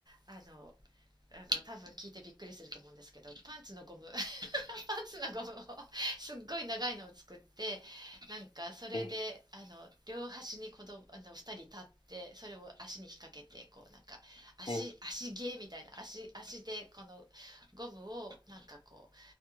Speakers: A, on the right (about 45°); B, on the left (about 70°).
A: あのあの多分聞いてびっくりすると思うんですけどパンツのゴム <laughs> パンツのゴムを <laughs> すっごい長いのを作ってなんかそれであの両端に子供あの2人立ってそれを足に引っ掛けてこうなんか足足芸みたいな足足でこのゴムをなんかこう
B: ええ、え